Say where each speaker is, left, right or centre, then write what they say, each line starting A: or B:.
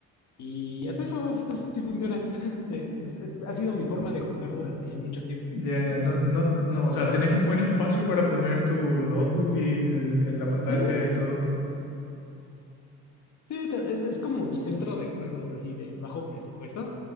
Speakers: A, on the left; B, on the left.
A: Y hasta eso pues, sí funciona. <laughs> Sí, es- es- ha sido mi forma de jugar durante ya mucho tiempo.
B: Ya, ya, no, no, no, o sea, tenés un buen espacio para poner tu notebook y el- el- la pantalla
A: Ujú.
B: y todo.
A: Sí, ta- es, es como mi centro de juegos así de bajo presupuesto,